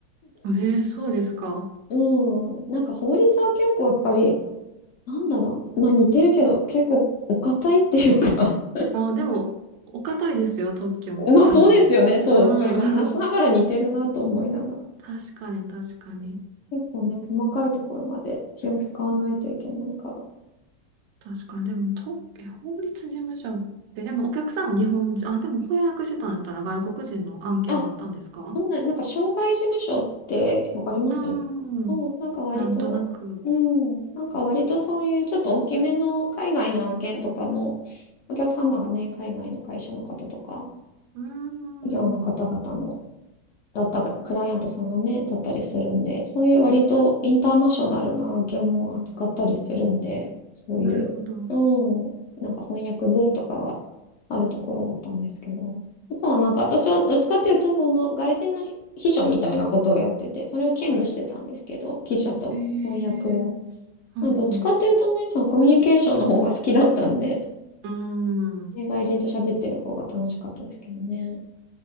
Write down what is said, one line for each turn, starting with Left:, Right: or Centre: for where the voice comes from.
Right: えー、そうですか。
Left: うん。なんか法律は結構やっぱり、なんだろう。まあ似てるけど、結構お堅いっていうか <laughs>
Right: あ、でも、お堅いですよ、特許も、
Left: まあそうですよね。
Right: 多分。
Left: そう。
Right: うん。
Left: だから今話しながら似てるなと思いながら。
Right: <laughs> 確かに、確かに。
Left: 結構ね、細かいところまで気を使わないといけないから。
Right: 確かに。でも、特え法律事務所って、でもお客さんは日本人、あ、でも翻訳してたんだったら外国人の案件もあったんですか
Left: あ、そうなん、なんか、障害事務所ってわかります
Right: うーん。
Left: うん、なんか割と、
Right: なんとなく。
Left: うん、なんか割とそういうちょっと大きめの海外の案件とかも、お客様がね、海外の会社の方とか、
Right: うーん。
Left: 企業の方々のだったか、クライアントさんがね、だったりするんで、そういう割とインターナショナルな案件も扱ったりするんで、そういう、
Right: なるほど。
Left: うん、なんか翻訳部とかがあるところだったんですけど、あとはなんか私はどっちかっていうと、その外人の秘書みたいなことをやってて、それを兼務してたんですけど、秘書と翻訳を。
Right: ええうん
Left: まあ、どっちかっていうとね、そのコミュニケーションの方が好きだったんで、
Right: うん。うーん。
Left: ね、外人と喋ってる方が楽しかったですけどね。